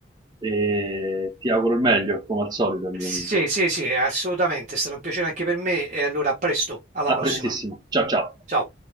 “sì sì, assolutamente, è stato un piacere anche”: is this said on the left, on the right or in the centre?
Right